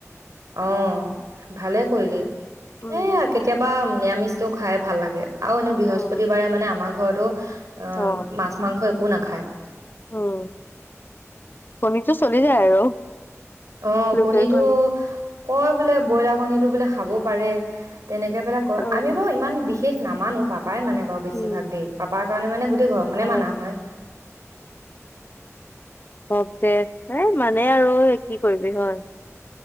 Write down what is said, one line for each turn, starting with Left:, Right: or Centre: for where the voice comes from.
Right: অহ, ভালে কৰিলেি।
Left: উম
Right: এয়া কেতিয়াবা নিৰামিষকেও খাই ভাল লাগে। আৰু এনেও বৃহস্পতিবাৰে
Left: উম
Right: মানে আমাৰ ঘৰটো অহ,
Left: অ
Right: মাছ-মাংস একো নাখায়।
Left: উম কণীটো চলি যায় আৰু।
Right: অহ,
Left: লোকেল
Right: কণীতটো--কয়
Left: কণী
Right: বোলে ব্ৰইলাৰ কণীটো বোলে খা খাব পাৰে। তেনেকে পেলাই কওঁ
Left: উম
Right: আমি বাৰু ইমান বিষ বিশেষ নামানুো পাব পাপাই মানে বাৰু বেছিভাগ
Left: উম
Right: দেই, পাপাৰ কাৰণে মানে গোটেই ঘৰখনে
Left: অ
Right: মানা হয়।
Left: কওক দে এ মানে আৰু কি কৰিবি হয়।